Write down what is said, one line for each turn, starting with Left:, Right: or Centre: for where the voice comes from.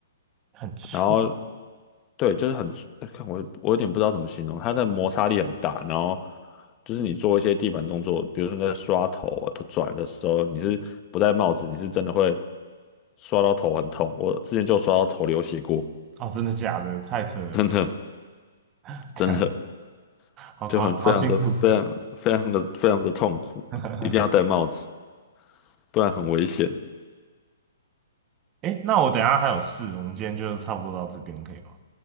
Right: 很粗。
Left: 然后对，就是很，看我我有点不知道怎么形容，它的摩擦力很大，然后就是你做一些地板动作，比如说你在刷头啊、头转的时候，你是不戴帽子，你是真的会刷到头很痛。我之前就刷到头流血过，
Right: 哦，真的假的？太扯了，
Left: 真的
Right: <laughs> 看，
Left: 真的
Right: 好夸，
Left: 就很非常的非常非常的非常的痛苦，
Right: 好辛苦。<laughs>
Left: 一定要戴帽子，不然很危险。
Right: 哎那我等一下还有事，我们今天就差不多到这边可以吗？